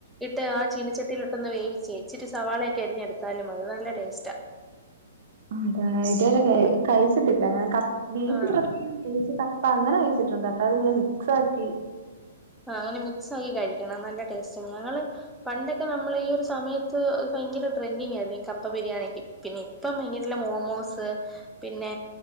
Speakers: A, in the centre; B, on the right.
A: ഇട്ട് ആ ചീനച്ചട്ടിയില്ട്ടൊന്ന് വേവിച്ചേ ഇച്ചിരി സവാളയൊക്കെ അരിഞ്ഞെടുത്താലും മതി, നല്ല ടേസ്റ്റാ.
B: അതാ, ഇതുവരെ കയി കഴിച്ചിട്ടില്ല ഞാൻ. കപ് ബീഫ്
A: ആഹ്
B: പ്രത്യേകിച്ച് ക പ്പ അങ്ങനെ കഴിച്ചിട്ടുണ്ട്. അത അത് ഇങ്ങനെ മിക്സ് ആക്കി.
A: ആഹ്, അങ്ങനെ മിക്സ്സാക്കി കഴിക്കണം നല്ല ടേസ്റ്റ. ഞങ്ങള് പണ്ടൊക്കെ നമ്മള് ഈ ഒരു സമയത്ത് ഭയങ്കര ട്രെന്റിങ്ങായിയിരുന്നു ഈ കപ്പ ബിരിയാണിക്ക് പിന്നെയും. ഇപ്പം ഇങ്ങനെയുള്ള മോമോസ്. പിന്നെ